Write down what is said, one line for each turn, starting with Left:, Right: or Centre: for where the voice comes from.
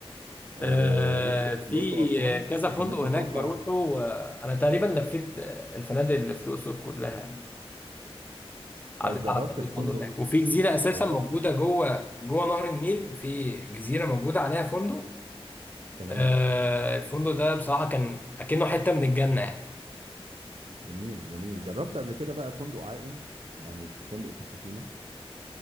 Right: آه،
Left: آه،
Right: الاقصر
Left: في
Right: الاقصر واسوان
Left: كذا
Right: انت
Left: فندق
Right: ممكن
Left: هناك
Right: تروحها
Left: بروحه آه، أنا تقريبا لفيت آه، الفنادق اللي في الأقصر كلها يعني.
Right: طيب
Left: عديت
Right: جربت
Left: على فندق
Right: الفندق
Left: فندق هناك وفي جزيرة أساسا
Right: جربت
Left: موجودة جوه جوه نهر النيل في جزيرة موجودة عليها فندق
Right: تمام
Left: آه، الفندق ده بصراحة كان أكنه حتة من الجنة يعني.
Right: جميل جميل جربت قبل كده بقى فندق عائم يعني فندق في السفينه